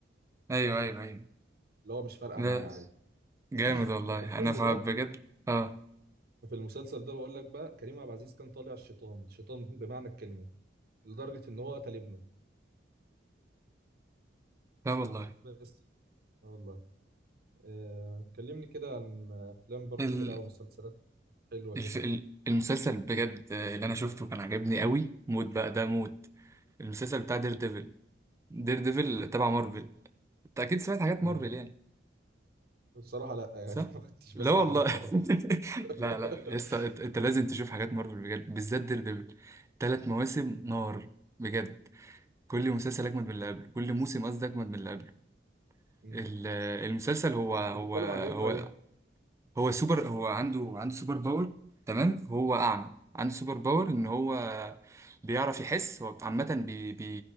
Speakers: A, on the right; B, on the right.
A: ايوه ايوه ايوه
B: اللي هو مش فارقه
A: لا
B: معايا عادي
A: جامد
B: <clears throat>
A: والله
B: ففي الفيلم
A: انا فاهم
B: ده
A: بجد اه
B: في المسلسل ده بقول لك بقى كريم عبد العزيز كان طالع شيطان شيطان بمعنى الكلمه لدرجه ان هو قتل ابنه
A: لا والله
B: بس آه والله آه، كلمني كده عن افلام برضو
A: ال...
B: كده او مسلسلات حلوه
A: الف...
B: كده
A: ال- المسلسل بجد اللي انا شفته كان عجبني قوي موت بقى ده موت المسلسل بتاع دير ديفل دير ديفل تبع مارفل انت اكيد سمعت حاجات
B: امم
A: مارفل يعني
B: بصراحه لا يعني
A: صح
B: <laughs> ما كنتش
A: لا
B: بسمع
A: والله
B: حاجه مارفل
A: <laughs>
B: <laughs>
A: لا لا يسطا انت أنت لازم تشوف حاجات مارفل بجد بالذات دير ديفل ثلاث مواسم نار بجد كل مسلسل اجمد من اللي قبله كل موسم قصدي اجمد من اللي قبله
B: امم
A: ال- المسلسل هو هو
B: انت بتتكلم عن ايه
A: هو
B: طيب
A: هو سوبر هو عنده عنده سوبر باور تمام هو اعمى عنده سوبر باور ان هو بيعرف يحس هو عامة بي بي